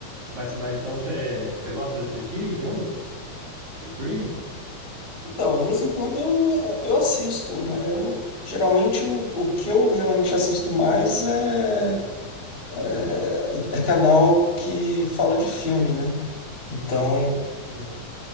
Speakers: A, on the right; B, on the left.
A: mas, mas então você, você gosta de assistir jogo? Streaming?
B: Então, de vez em quando eu, eu assisto, né? Eu, geralmente, o, o que eu geralmente assisto mais é, é, é canal que fala de filme, né? Então,
A: Sim.